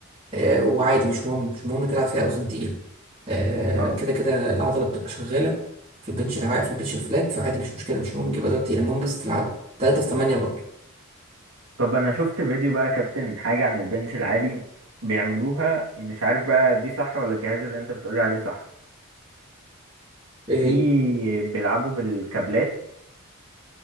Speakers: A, on the right; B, on the right.
A: آه، وعادي مش مهم مش مهم تلعب فيها اوزان تقيله آه،
B: اه
A: كده كده العضله بتبقى شغاله في البنش الع... في البنش الفلات فعادي مش مشكله مش مهم تجيب اوزان تقيله المهم بس تلعب 3 في 8 برضه
B: طب انا شفت فيديو بقى يا كابتن حاجة عن البنش العالي بيعملوها مش عارف بقى دي صح ولا الجهاز اللي انت بتقولي عليه صح
A: ايه
B: في
A: هي
B: بيلعبوا بالكابلات